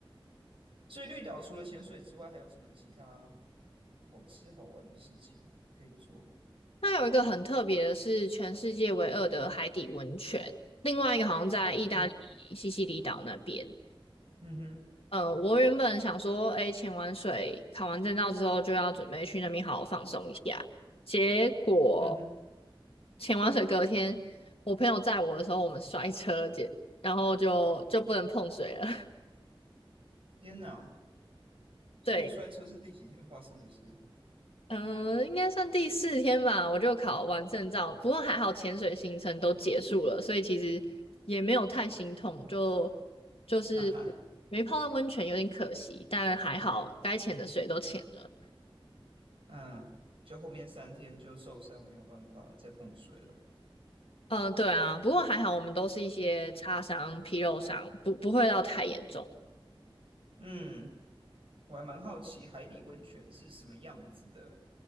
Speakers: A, on the right; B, on the left.
A: 所以绿岛除了潜水之外，还有什么其他好吃好玩的事情可以做？
B: 那有一个很特别的是全世界唯二的海底温泉，另外一个好像在意大利西西里岛那边。
A: 嗯嗯哼
B: 嗯，我原本想说，哎，潜完水、考完证照之后，就要准备去那边好好放松一下。结果
A: 嗯哼，
B: 潜完水隔天，我朋友载我的时候，我们摔车，姐，然后就就不能碰水了。<laughs>
A: 天哪！所以摔车是第几天发生的事？
B: 对，嗯、应该算第四天吧，我就考完证照，不过还好潜水行程都结束了，所以其实也没有太心痛，就
A: <laughs>
B: 就是
A: 哈哈，
B: 没泡到温泉有点可惜，但还好该潜的水都潜了。
A: 嗯，就后面三天就受伤，没有办法再碰水了。
B: 嗯，对啊，不过还好，我们都是一些擦伤、皮肉伤，不不会到太严重。
A: 嗯，我还蛮好奇海底温泉是什么样子的。